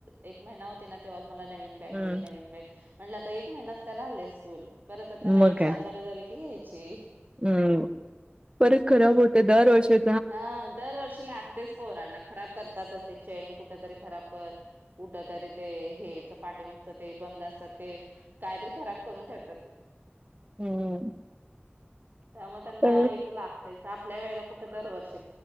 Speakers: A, on the right; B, on the right.
A: एक महिना होती ना तेव्हा मला नवीन बॅग
B: हं.
A: घे नवीन बॅग म्हणलं आता एक महिनाच तर राहिलेय स्कूल. परत आता नवीन
B: मग
A: शाळा
B: का
A: चालू झाली की घ्यायची
B: अम् परत खराब होत दर वर्षी
A: हा दरवर्षीला अगदीच पोरांना खराब करतातचते चैन कुठ तरी खराब <unintelligible> कुठ तरी ते हेच पाठीमागच ते बंद असतात ते काहीतरी खराब करून ठेवतात.
B: हं.
A: त्यामुळे त्यांना
B: अ
A: एक लागतायच. आपल्या वळेला दर वर्ष